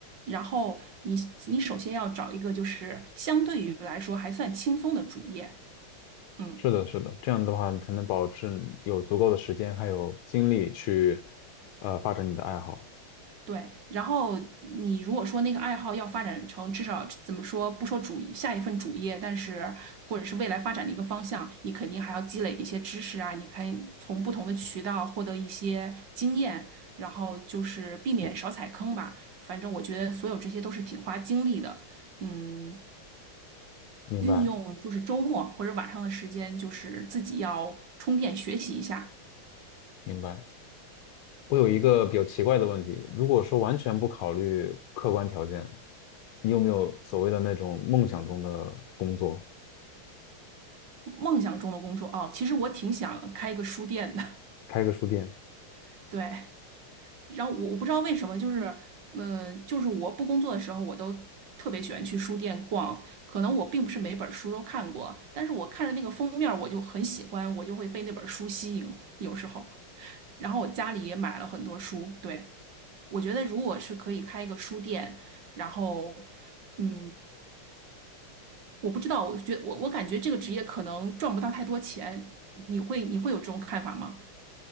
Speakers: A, on the right; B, on the left.
A: 然后你你首先要找一个就是相对于来说还算轻松的主业，嗯。
B: 是的，是的，这样的话，你才能保证有足够的时间还有精力去，呃，发展你的爱好。
A: 对，然后你如果说那个爱好要发展成至少怎么说，不说主下一份主业，但是或者是未来发展的一个方向，你肯定还要积累一些知识啊，你可以从不同的渠道获得一些经验，然后就是避免少踩坑吧。反正我觉得所有这些都是挺花精力的，嗯，
B: 明白，
A: 运用就是周末或者晚上的时间，就是自己要充电学习一下
B: 明白。我有一个比较奇怪的问题，如果说完全不考虑客观条件，你有没有所谓的那种梦想中的工作，
A: 梦想中的工作。哦，其实我挺想开一个书店的，
B: 开个书店？
A: <laughs> 对。然后我我不知道为什么，就是，嗯、呃就是我不工作的时候，我都特别喜欢去书店逛。可能我并不是每本书都看过，但是我看着那个封面儿我就很喜欢，我就会被那本书吸引。有时候，然后我家里也买了很多书。对，我觉得如果是可以开一个书店，然后，嗯，我不知道，我觉我我感觉这个职业可能赚不到太多钱。你会你会有这种看法吗？